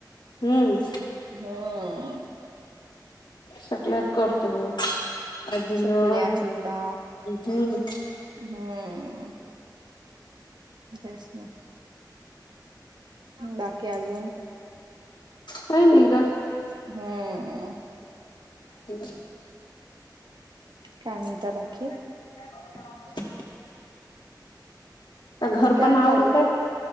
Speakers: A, on the left; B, on the right.
A: हम्म.
B: हां.
A: सकल्यात करतो. अजून
B: चकल्या
A: <unintelligible>
B: चिवडा
A: हम्म.
B: हम्म. देस म बाकी अजून
A: काय नाही ग.
B: हम्म.
A: हे बघा
B: काय म्हणता बाकी?
A: <inaudible> ता घर
B: काय
A: पण आवरतय
B: चाललंय